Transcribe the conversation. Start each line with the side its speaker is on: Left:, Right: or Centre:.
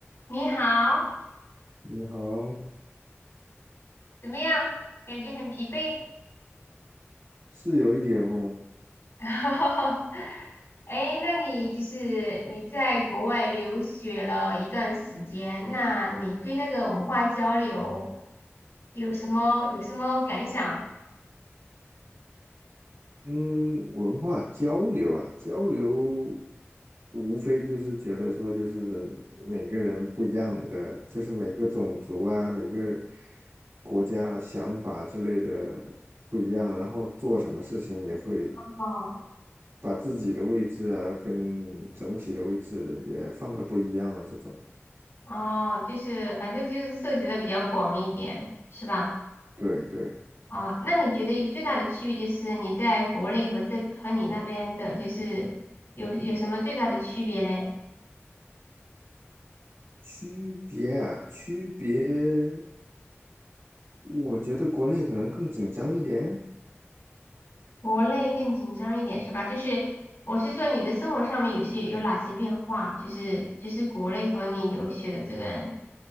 Left: 你好，
Right: 你好，
Left: 怎么样？感觉很疲惫。
Right: 是有一点哦，
Left: <laughs> 哎那你就是你在国外留学了一段时间，那你对那个文化交流有什么有什么感想？
Right: 嗯，文化交流啊，交流无非就是觉得说，就是每个人不一样的，就是每个种族啊，每个国家啊想法之类的不一样，然后做什么事情也会
Left: 哦
Right: 把自己的位置啊，跟整体的位置也放的不一样啊，这种，
Left: 哦，就是反正就是涉及的比较广一点，是吧？
Right: 对对。
Left: 啊、那你觉得最大的区别就是你在国内和这和你那边的，就是有有什么最大的区别嘞？
Right: 区别啊，区别，我觉得国内可能更紧张一点，
Left: 国内更紧张一点是吧？就是我是说你的生活上面有些有哪些变化？就是就是国内和你留学的这段